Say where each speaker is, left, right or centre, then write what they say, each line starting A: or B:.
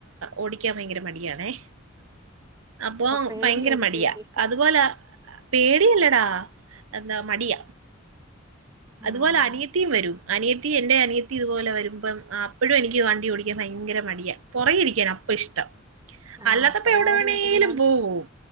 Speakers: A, on the right (about 80°); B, on the right (about 15°).
A: ഓടിക്കാൻ ഭയങ്കര മടിയണേ അപ്പ
B: പേടിയായിരിക്കുംല്ലേ
A: ഭയങ്കര മടിയാ അതുപോലെ പേടി പേടില്ലെടാ എന്താ മടിയ. അതുപോലെ
B: ആഹ്
A: അനിയത്തിയും വരും അനിയത്തി എന്റെ അനിയത്തി ഇതുപോലെ വരുമ്പം അപ്പോഴും എനിക്ക് വണ്ടി ഓടിക്കാൻ ഭയങ്കര മടിയാ പുറക ഇടിക്കാൻ അപ്പ ഇഷ്ടം.
B: ആഹ്
A: അല്ലാതപ്പോ
B: അപ്പഴ
A: എവിടെ
B: അവര്
A: വേണെേങ്കിലും
B: ഓട്ടിക്കണോണ്ട്
A: പോവും